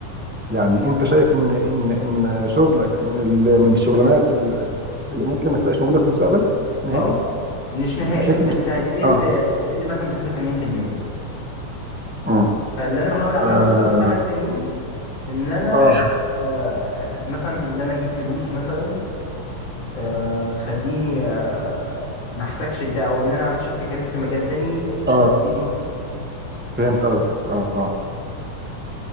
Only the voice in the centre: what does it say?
يعني انت شايف ان ان ان شغلك من ال- من الشغلانات ال- اللي ممكن ما تبقاش موجوده في المستقبل نهائي
بشكل
اه
امم
اه
اه
اه
فهمت قصدك اه اه